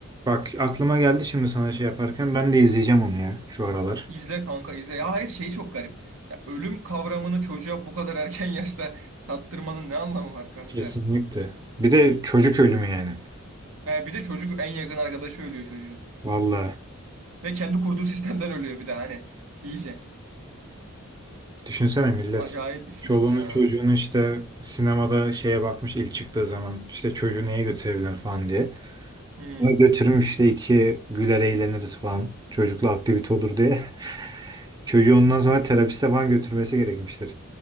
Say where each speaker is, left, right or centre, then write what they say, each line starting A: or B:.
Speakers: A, on the right; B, on the right.
A: bak aklıma geldi şimdi sana şey yaparken ben de izleyeceğim onu ya şu aralar.
B: İzle kanka izle. Ya hayır şey çok garip. Ya ölüm kavramını çocuğa bu kadar erken <laughs> yaşta tattırmanın ne anlamı var kanka?
A: Kesinlikle. Bir de çocuk ölümü yani.
B: He bir de çocuk en yakın arkadaşı ölüyor çocuğun.
A: Vallahi.
B: Ve kendi kurduğu sistemden ölüyor bir de hani. İyice.
A: Düşünsene millet.
B: Acayip bir film
A: Çoluğunu
B: ya.
A: çocuğunu işte sinemada şeye bakmış ilk çıktığı zaman işte çocuğu neye götürebilir falan diye.
B: Hmm.
A: Ona götürmüş işte iki güler eğleniriz falan. Çocukla aktivite olur diye. <laughs> Çocuğu ondan sonra terapiste falan götürmesi gerekmiştir.